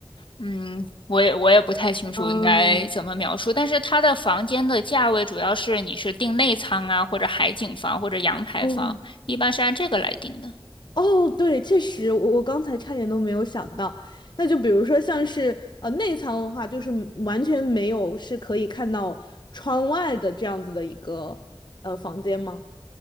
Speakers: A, on the left (about 70°); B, on the left (about 60°).
A: 嗯，我也我也不太清楚应该怎么描述，
B: 嗯，
A: 但是它的房间的价位主要是你是订内舱啊，或者海景房或者阳台房，
B: 哦，
A: 一般是按这个来定的。
B: 哦，对，确实，我我刚才差点都没有想到。那就比如说，像是呃内舱的话，就是完全没有是可以看到窗外的这样子的一个呃房间吗？